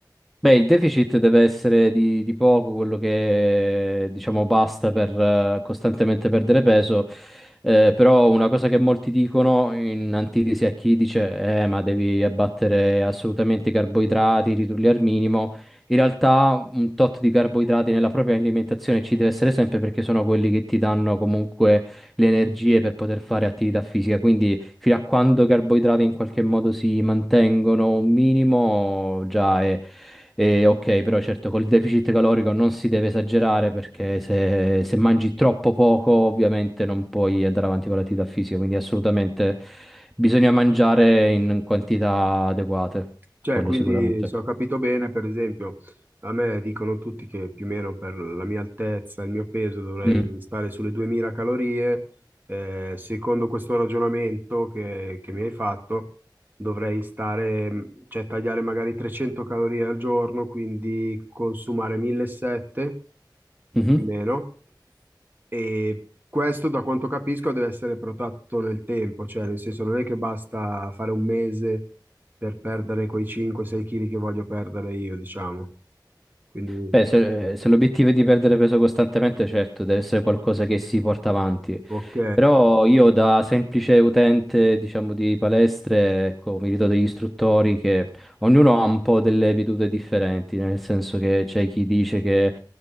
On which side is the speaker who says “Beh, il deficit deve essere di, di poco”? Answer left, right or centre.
Centre